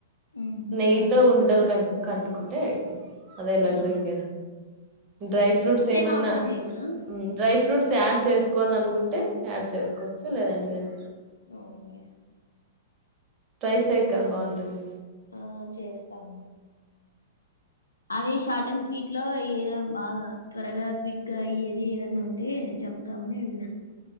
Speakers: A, on the left (about 80°); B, on the right (about 30°).
A: ఉమ్.
B: నెయితో ఉండల్ కలుపుకుంటే అయిపొయింది అదే లడ్డు
A: అవునా
B: ఇగ డ్రై ఫ్రూట్స్ ఏమన్నా
A: ఏం అవసరం లేదా
B: డ్రై ఫ్రూట్స్ యాడ్ యాడ్ చేసుకోవాల అనుకుంటే యాడ్ చేసుకోవచ్చు లేదంటె లేదు
A: అవునులే
B: ట్రై చేయక్క బాగుంటుంది
A: ఆ చేస్తాము అదే షార్ట్ అండ్ స్వీట్ లో ఏదన్న బాగా త్వరగా క్విక్గా అయ్యేది ఏదన్నా ఉంటే చెప్తామని అడిగినా